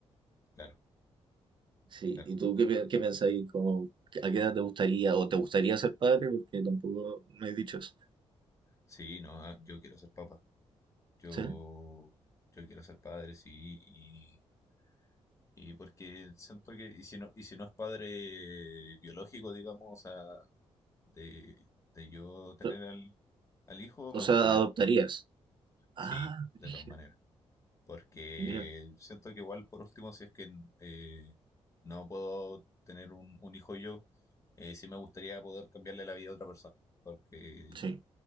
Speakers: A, on the left (about 25°); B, on the right (about 45°).
A: Claro,
B: Sí,
A: claro.
B: ¿y tú qué, pi- qué pensáis? ¿Cómo- a qué edad te gustaría o te gustaría ser padre? Porque tampoco me has dicho eso.
A: Sí, no, ah, yo quiero ser papá. Yo,
B: ¿Sí?
A: yo quiero ser padre, sí, Y porque siento que, y si no, y si no es padre biológico, digamos, o sea, de, de yo tener
B: Pero,
A: al, al hijo, me
B: O sea,
A: gustaría
B: adoptarías.
A: adoptar.
B: Ah,
A: Sí, de
B: brígido.
A: todas maneras. Porque
B: Mira,
A: siento que igual, por último, si es que eh, no puedo tener un, un hijo yo, eh, sí me gustaría poder cambiarle la vida a otra persona. Porque
B: sí.